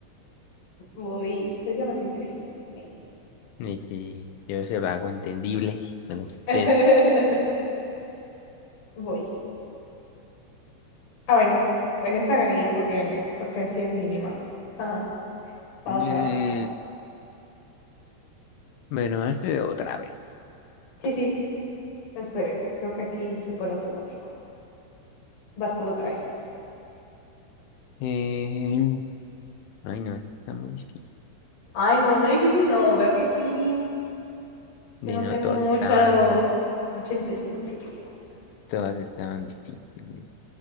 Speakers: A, on the left; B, on the left.
A: voy. Soy ya más inteligente. Eh.
B: Y si yo se lo hago entendible, no como usted.
A: <laughs> Voy. Ah, bueno. En esta gané yo porque gané, porque así adiviné más. Ajá, Vamos
B: Mm,
A: para atrás.
B: Bueno, hazlo otra vez.
A: Sí, sí, espere. Creo que aquí se pone automático. Vas tú otra vez.
B: Eh, ay, no, esto está muy difícil.
A: Ay, no, una difícil no. Vea que aquí
B: De
A: yo no
B: no,
A: tengo
B: todos
A: mucha,
B: estaban,
A: mucha inteligencia, que digamos.
B: todas estaban difíciles.